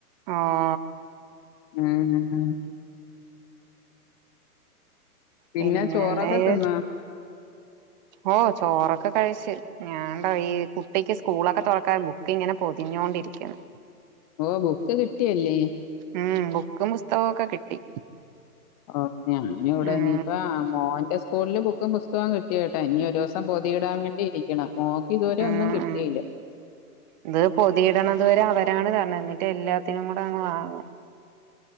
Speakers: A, on the right (about 30°); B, on the left (about 25°).
A: ആഹ്.
B: ഉം ഉം. പിന്നെ
A: പിന്നെന്തായി
B: ചോറൊക്കെ തിന്നാ?
A: ഓഹ് ചോറൊക്കെ കഴിച്ച്. ഞാൻണ്ടായെ കുട്ടിക്ക് സ്കൂളൊക്കെ തുറക്കാൻ ബുക്ക് ഇങ്ങനെ പൊതിഞ്ഞോണ്ടിരികാണ്.
B: ഓഹ് ബുക്ക്‌ കിട്ടിയല്ലേ?
A: ഉം ബുക്കും പുസ്തകൊക്കെ കിട്ടി.
B: ഓഹ് ഞാനിവിടെനിപ്പോ
A: ഉം
B: മോന്റെ സ്കൂള്ള് ബുക്കും പുസ്തകോം കിട്ടി കേട്ടാ ഇനി ഒരു സ സം പൊതിയിടാൻ വേണ്ടിയിരിക്കണ് മോക്ക് ഇതുവരെ
A: ഉം
B: ഒന്നും കിട്ടിയില്ല.
A: ഉം ഇത് പൊതിയിടണതു വരെ അവരാണ് കാരണം എന്നിട്ട് എല്ലാത്തിനും കൂടെ അങ്ങ് വാങ്ങണം.